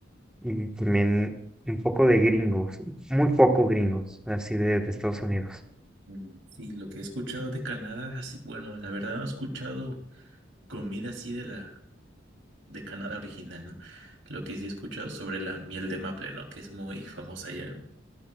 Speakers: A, in the centre; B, on the right.
A: y también un poco de gringos, muy poco gringos, así de de Estados Unidos.
B: Mm, Sí, lo que he escuchado de Canadá, así, bueno, la verdad no he escuchado comida así de la de Canadá original, ¿no? Lo que sí he escuchado sobre la miel de maple, ¿no? Que es muy famosa allá, ¿no?